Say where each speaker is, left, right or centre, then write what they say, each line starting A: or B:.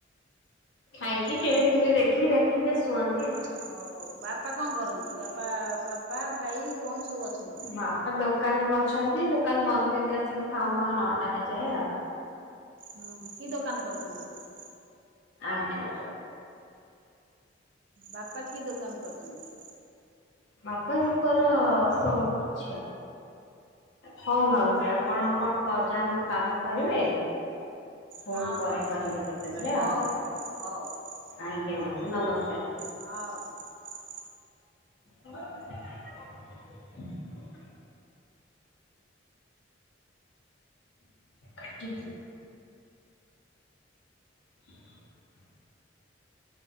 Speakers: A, on the left; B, on the right.
A: ଖାଇକି ଟିଭି
B: ଆ
A: ଫିଭି ଦେଖିକି, ଦେଖିକି ଶୁଅନ୍ତି। ଆଉ।
B: ହଉ, ବାପା କଣ କରନ୍ତି? ବାପା, ବାପା ଭାଇ ଭଉଣୀ ସବୁ ଅଛନ୍ତି?
A: ବାପା ଦୋ ଦୋକାନରେ ଅଛନ୍ତି, ଦୋକାନ ବନ୍ଦ କରିକି ଆସିକି ଖାଉ ଖାଉ ନଟା ହେଇଯାଏ ଆଉ
B: ହୁଁ, କି ଦୋକାନ କରୁଛନ୍ତି ବାପା
A: ଆଜ୍ଞା
B: ବାପା କି ଦୋକାନ କରିଚନ୍ତି?
A: ବାପାଙ୍କର ସୋରୁମ୍ ଅଛି ଆଉ ହଉ ମାଉସୀ, ଆପଣ କଣ ଯାଆନ୍ତୁ କାମ କରିବେ ? ପୁଣି
B: ହଁ
A: ପରେ
B: ହଁ
A: କରିବେ କେତେବେଳେ
B: ହଉ
A: ଆଉ,
B: ହଉ ହଉ ହଉ
A: ଆଜ୍ଞା ମାଉସୀ, ନମସ୍କାର ।
B: ହଉ <unintelligible>
A: ମୁ <unintelligible> କାଟୁଚି <unintelligible> ହ <unintelligible>